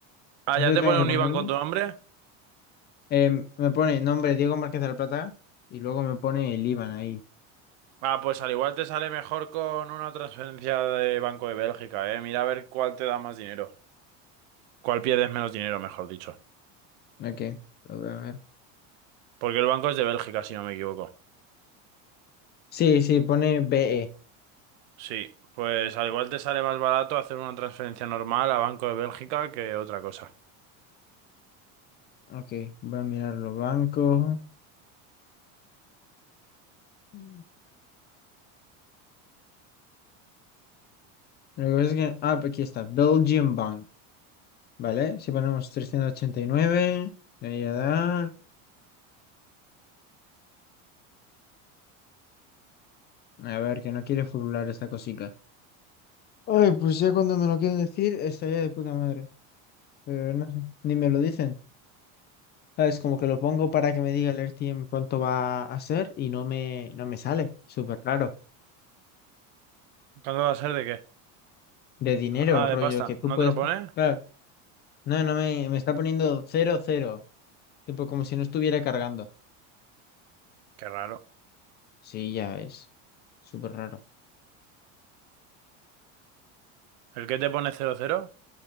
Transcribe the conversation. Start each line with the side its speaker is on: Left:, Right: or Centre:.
Right: Ah,
Left: ¿Eso
Right: ¿ya te
Left: tengo
Right: pone
Left: que
Right: un
Left: ponerlo?
Right: IBAN con tu nombre?
Left: Em, me pone nombre Diego Márquez de la Plata y luego me pone el IBAN ahí.
Right: Ah, pues al igual te sale mejor con una transferencia de Banco de Bélgica, eh. Mira a ver cuál te da más dinero. Cuál pierdes menos dinero, mejor dicho.
Left: Ok, lo voy a ver.
Right: Porque el banco es de Bélgica, si no me equivoco.
Left: Sí, sí, pone BE.
Right: Sí, pues al igual te sale más barato hacer una transferencia normal a Banco de Bélgica que otra cosa.
Left: Ok, voy a mirarlo. Banco. Lo que pasa es que. Ah, pues aquí está. Belgian Bank. Vale, si ponemos 389, de ahí a dar. A ver, que no quiere furular esta cosica Ay, pues ya cuando me lo quieren decir, estaría de puta madre. Pero no sé, ni me lo dicen. Es como que lo pongo para que me diga el AirTM cuánto va a ser y no me, no me sale. Súper raro.
Right: ¿Cuándo va a ser de qué?
Left: De dinero,
Right: Ah,
Left: rollo,
Right: de pasta.
Left: que tú
Right: ¿No
Left: puedes.
Right: te lo pone?
Left: Claro, no, no me, me está poniendo cero cero Tipo, como si no estuviera cargando.
Right: Qué raro.
Left: Sí, ya ves. Súper raro.
Right: ¿El que te pone cero cero.